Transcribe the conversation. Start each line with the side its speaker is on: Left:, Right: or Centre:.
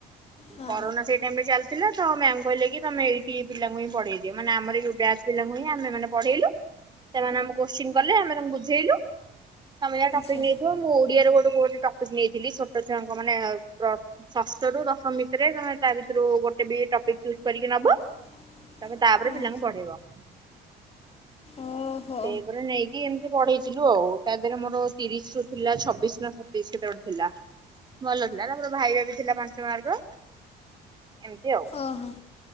Left: ହଁ
Right: କରୋନା ସେଇ ଟାଇମ ରେ ଚାଲିଥିଲା ତ ମ୍ୟାମ କହିଲେ କି ତମେ ଏଇଠି ପିଲାଙ୍କୁ ହିଁ ପଢେଇଦିଅ ମାନେ ଆମରି ଯୋଉ ବ୍ୟା ବ୍ୟାଚ୍ ପିଲାଙ୍କୁ ହିଁ ଆମେ ମାନେ ପଢେଇଲୁ ସେମାନେ ଆମକୁ କୋସ୍ଚିନ୍‌ କଲେ ଆମେ ତାଙ୍କୁ ବୁଝେଇଲୁ। ତମେ ଯାହା ଟପିକ୍
Left: ଆଚ୍ଛା
Right: ନେଇଥିବ ମୁଁ ଓଡିଆର କୋଉଠୁ ମୁଁ ଗୋଟେ ଟପିକ୍ ନେଇଥିଲି ଛୋଟୋ ଛୁଆଙ୍କ ମାନେ ପ୍ର ଷଷ୍ଠର ରୁ ଦଶମ ଭିତରେ ତମେ ତା ଭିତରୁ ଗୋ ଗୋଟେ ବି ଟପିକ ଚୂଜ୍ କରିକି ନବ।
Left: <inaudible>
Right: ତମେ ତାପରେ
Left: ହଁ
Right: ପିଲାଙ୍କୁ ପଢେଇବ।
Left: ଓହୋ
Right: ସେପରା ନେଇକି ଏମିତି ପଢେଇ ଥିଲୁ ଆଉ ତା ଦେହରେ ମୋର ତିରିଶ ରୁ ଥିଲା ଛବିଶ ନା ସତେଇଶ୍ କେତେ ଗୋଟେ ଥିଲା। ଭଲ ଥିଲା ତାମର ଭାଇବା ବି ଥିଲା ପାଞ୍ଚ ମାର୍କ। ଏମିତି ହୁଁ
Left: ଓହୋ